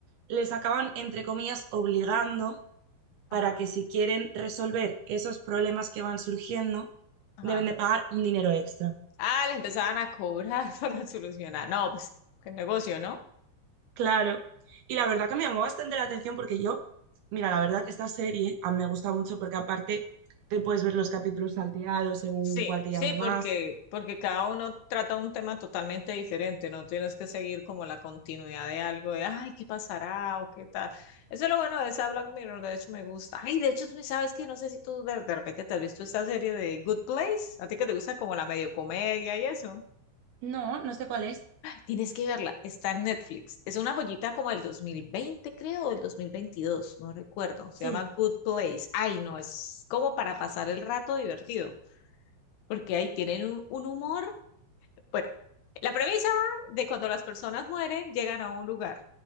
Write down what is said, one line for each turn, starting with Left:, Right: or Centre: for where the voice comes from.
Right: les acaban, entre comillas, obligando para
Left: Ajá,
Right: que si quieren resolver esos problemas que van surgiendo,
Left: ajá.
Right: deben de pagar un dinero extra.
Left: Ah, le empezaban a cobrar <laughs> para solucionar. No, pues, qué negocio, ¿no?
Right: Claro. Y la verdad que me llamó bastante la atención porque yo, mira, la verdad que esta serie a mí me gusta mucho porque aparte te puedes ver los capítulos salteados según
Left: Sí,
Right: cuál te
Left: sí,
Right: llama más,
Left: porque, porque cada uno trata un tema totalmente diferente, no tienes que seguir como la continuidad de algo de, ay, ¿qué pasará? o qué tal. Eso es lo bueno de esa Black Mirror, de hecho me gusta. Ay, de hecho, tú sabes que no sé si tú de, de repente te has visto esta serie de Good Place, a ti que te gusta como la medio comedia y eso.
Right: No, no sé cuál es.
Left: Tienes que verla, está en Netflix. Es una joyita como del 2020 creo, o del 2022. no recuerdo. Se
Right: Sí,
Left: llama Good Place. Ay, no, es como para pasar el rato divertido porque ahí tienen un, un humor Bueno, la premisa va de cuando las personas mueren, llegan a un lugar.